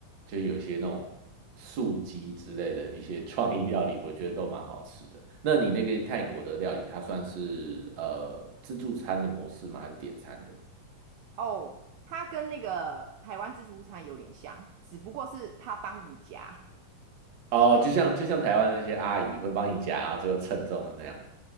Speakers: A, on the right; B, on the right.
A: 就是有一些那种素鸡之类的一些创意料理，我觉得都蛮好吃的。那你那个泰国的料理，它算是呃自助餐的模式吗？还是点餐的？
B: 哦，它跟那个台湾自助餐有点像，只不过是它帮你夹。
A: 哦，就像就像台湾那些阿姨会帮你夹，然后最后称重的那样。